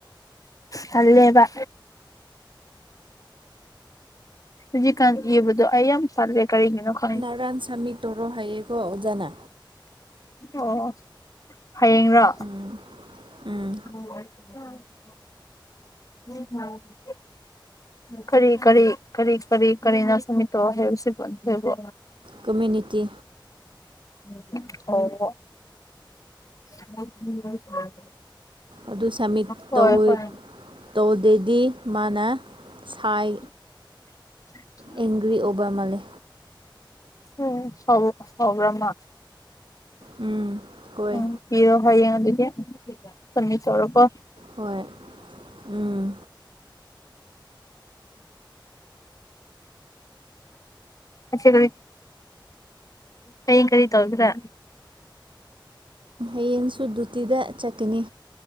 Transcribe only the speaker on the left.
ꯍꯜꯂꯦꯕ ꯍꯨꯖꯤꯛꯀꯥꯟ ꯏꯕꯗꯣ ꯑꯩ ꯌꯥꯝ ꯇꯜꯂꯦ ꯀꯔꯤꯒꯤꯅꯣ ꯈꯪ
ꯑꯣ ꯍꯌꯦꯡꯔꯣ
<unintelligible> ꯎꯝ <unintelligible> ꯀꯔꯤ ꯀꯔꯤ ꯀꯔꯤ ꯀꯔꯤ ꯀꯔꯤꯅꯣ ꯁꯃꯤꯠꯇꯣ ꯍꯥꯏꯕꯁꯤꯕꯨ ꯑꯗꯨꯕꯨ
<unintelligible> ꯑꯣ <unintelligible>
ꯍꯣꯏ
ꯍꯣꯏ
<inaudible>
ꯑꯦ ꯁꯥꯎꯕꯨ ꯁꯥꯎꯕ꯭ꯔꯥ ꯃꯥ
ꯎꯝ ꯄꯤꯔꯣ ꯍꯌꯦꯡ ꯑꯗꯨꯗꯤ ꯁꯃꯤꯠ ꯇꯧꯔꯣꯀꯣ
ꯑꯠꯁꯤ ꯔꯨꯔꯤ ꯍꯌꯦꯡ ꯀꯔꯤ ꯇꯧꯒꯦꯔꯥ